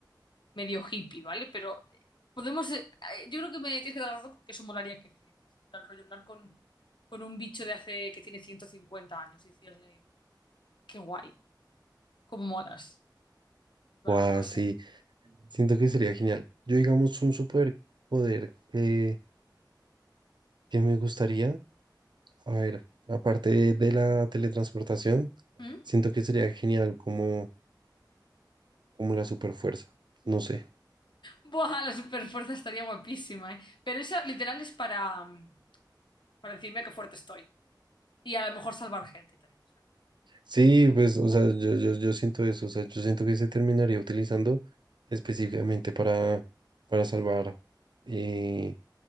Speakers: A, on the left; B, on the right.
A: medio hippie, ¿vale? Pero eh, podemos, eh, eh, yo creo que me tienes que dar la razón con que eso molaría que flipas. En plan, rollo, hablar con, con un bicho de hace, que tiene 150 años y decirle, qué guay, cómo molas. En plan,
B: o así,
A: no sé.
B: siento que sería genial. Yo digamos un superpoder que, que me gustaría. A ver, aparte de la teletransportación,
A: ¿Mm?
B: siento que sería genial como, como la superfuerza. No sé.
A: Buah, la superfuerza estaría guapísima, ¿eh? Pero esa literal es para, mm, para decirme qué fuerte estoy. Y a lo mejor salvar gente también, es verdad.
B: Sí, pues, o sea, yo, yo, yo siento eso. O sea, yo siento que se terminaría utilizando específicamente para, para salvar eh,